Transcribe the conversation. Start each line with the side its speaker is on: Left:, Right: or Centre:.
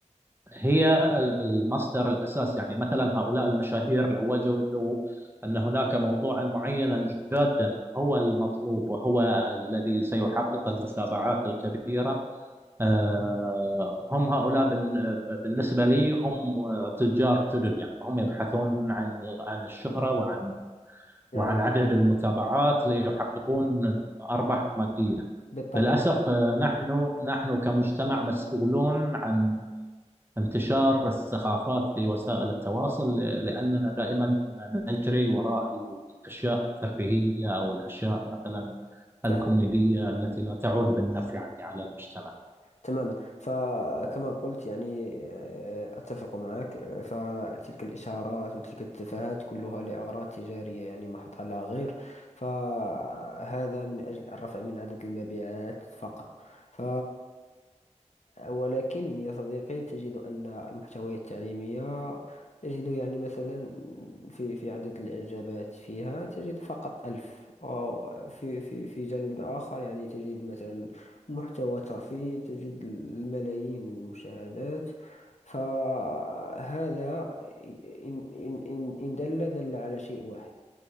Right: هي المصدر الأساس يعني مثلا هؤلاء المشاهير لو وجدوا أن هناك موضوعا معينا جادا هو المطلوب وهو الذي سيحقق المتابعات الكبيرة آه، هم هؤلاء بال- بالنسبة لي هم تجار جدد يعني هم يبحثون عن عن الشهرة وعن
Left: نعم
Right: وعن عدد المتابعات ليحققون أرباح مادية
Left: بالطبع
Right: للأسف آه، نحن نحن كمجتمع مسؤولون عن انتشار الثقافات في وسائل التواصل لأننا دائما نجري وراء الأشياء الترفيهية أو الأشياء مثلا الكوميدية
Left: سهلة
Right: التي لا تعود بالنفع يعني على المجتمع
Left: تماما فكما قلت يعني آه، أتفق معك آه، فتلك الإشارات وتلك التفاهات كلها لأغراض تجارية يعني محضة لا غير فهذا من أجل الرفع من عدد المبيعات فقط ف ولكن يا صديقي تجد أن المحتويات التعليمية تجد يعني مثلا في في عدد الإعجابات فيها تجد فقط ألف أو في في في جانب آخر يعني تجد مثلا محتوى ترفيهي تجد الملايين من المشاهدات فهذا إن إن إن إن دل دل على شيء واحد